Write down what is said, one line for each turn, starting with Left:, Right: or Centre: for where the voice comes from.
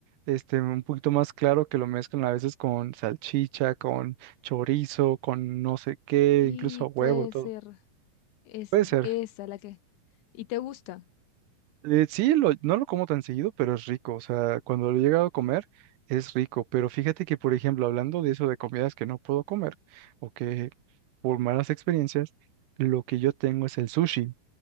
Right: este, un poquito más claro que lo mezclan a veces con salchicha, con chorizo, con no sé qué,
Left: Sí,
Right: incluso huevo,
Left: puede
Right: todo.
Left: ser eso,
Right: Puede ser.
Left: esa la que... ¿Y te gusta?
Right: Eh, sí, lo- no lo como tan seguido, pero es rico. O sea, cuando lo he llegado a comer, es rico. Pero fíjate que, por ejemplo, hablando de eso de comidas que no puedo comer o que por malas experiencias, lo que yo tengo es el sushi.